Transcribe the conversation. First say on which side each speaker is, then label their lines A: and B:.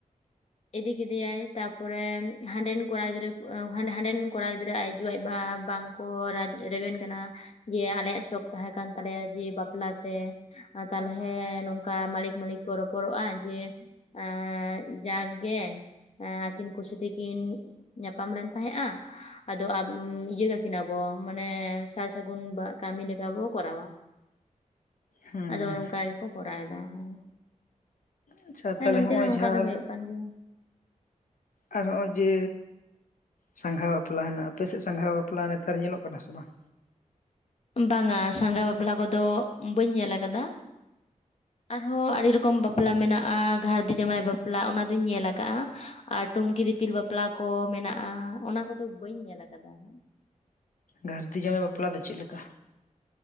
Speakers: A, on the left (about 50°); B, on the left (about 75°).
A: ᱤᱫᱤ ᱠᱮᱫᱮᱭᱟᱭ ᱛᱟᱨᱯᱚᱨᱮ ᱦᱟᱸᱰᱮᱱ ᱠᱚᱲᱟ ᱜᱤᱫᱽᱨᱟᱹ ᱦᱟᱸᱰᱮᱱ ᱠᱚᱲᱟ ᱜᱤᱫᱽᱨᱟᱹ ᱟᱡ ᱟᱭᱳ ᱟᱡ ᱵᱟᱵᱟ ᱵᱟᱝ ᱠᱚ ᱨᱮᱵᱮᱱ ᱠᱟᱱᱟ ᱡᱮ ᱟᱞᱮᱭᱟᱜ ᱥᱚᱠ ᱛᱟᱦᱮᱸ ᱠᱟᱱ ᱛᱟᱞᱮᱭᱟ ᱡᱮ ᱵᱟᱯᱞᱟᱛᱮ ᱛᱟᱞᱦᱮ ᱱᱚᱝᱠᱟ ᱢᱟᱞᱤᱠ ᱢᱟᱞᱤᱠ ᱠᱚ ᱨᱚᱯᱚᱲᱚᱜᱼᱟ ᱡᱮ ᱮᱸᱻ ᱡᱟᱠ ᱜᱮ ᱟᱹᱠᱤᱱ ᱠᱩᱥᱤ ᱛᱮᱠᱤᱱ ᱧᱟᱯᱟᱢ ᱞᱮᱱ ᱛᱟᱦᱮᱸᱜᱼᱟ ᱟᱫᱚ ᱤᱭᱟᱹ ᱠᱟᱠᱤᱱᱟᱵᱚ ᱢᱟᱱᱮ ᱥᱟᱨ ᱥᱟᱹᱜᱩᱱ ᱵᱟ ᱠᱟᱹᱢᱤ ᱞᱮᱠᱟ ᱵᱚ ᱠᱚᱨᱟᱣᱟ
B: ᱦᱮᱸ
A: ᱟᱫᱚ ᱱᱟᱝᱠᱟ ᱜᱮᱠᱚ ᱠᱚᱨᱟᱣ ᱮᱫᱟ ᱦᱚᱸ
B: ᱟᱪᱪᱷᱟ
A: ᱦᱮᱸ
B: ᱛᱟᱦᱚᱞᱮ
A: ᱱᱚᱱᱛᱮ
B: ᱦᱚᱸᱜᱼᱚᱭ
A: ᱦᱚᱸ ᱱᱚᱝᱠᱟ
B: ᱡᱟᱦᱟᱸ
A: ᱜᱮ ᱦᱩᱭᱩᱜ ᱠᱟᱱ ᱜᱮᱭᱟ
B: ᱟᱨ ᱱᱚᱜ-ᱚᱭ ᱡᱮ ᱥᱟᱸᱜᱷᱟ ᱵᱟᱯᱞᱟ ᱦᱮᱱᱟᱜ-ᱟ ᱟᱯᱮ ᱥᱮᱫ ᱥᱟᱸᱜᱷᱟ ᱵᱟᱯᱞᱟ ᱱᱮᱛᱟᱨ ᱧᱮᱞᱚᱜ ᱠᱟᱱᱟ ᱥᱮ ᱵᱟᱝ?
A: ᱵᱟᱝᱟ ᱥᱟᱸᱜᱷᱟ ᱵᱟᱯᱞᱟ ᱠᱚᱫᱚ ᱵᱟᱹᱧ ᱧᱮᱞ ᱠᱟᱫᱟ ᱟᱨᱦᱚᱸ ᱟᱹᱰᱤ ᱨᱚᱠᱚᱢ ᱵᱟᱯᱞᱟ ᱢᱮᱱᱟᱜ-ᱟ ᱜᱷᱟᱨᱫᱤ ᱡᱟᱶᱟᱭ ᱵᱟᱯᱞᱟ ᱚᱱᱟ ᱫᱩᱧ ᱧᱮᱞ ᱟᱠᱟᱫᱟ ᱟᱨ ᱴᱩᱢᱠᱤ ᱫᱤᱯᱤᱞ ᱵᱟᱯᱞᱟ ᱠᱚ ᱢᱮᱱᱟᱜᱼᱟ ᱚᱱᱟ ᱠᱚᱫᱚ ᱵᱟᱹᱧ ᱧᱮᱞ ᱠᱟᱫᱟ ᱦᱟᱸᱜ
B: ᱜᱷᱟᱨᱫᱤ ᱡᱟᱶᱟᱭ ᱵᱟᱯᱞᱟ ᱫᱚ ᱪᱮᱫ ᱞᱮᱠᱟ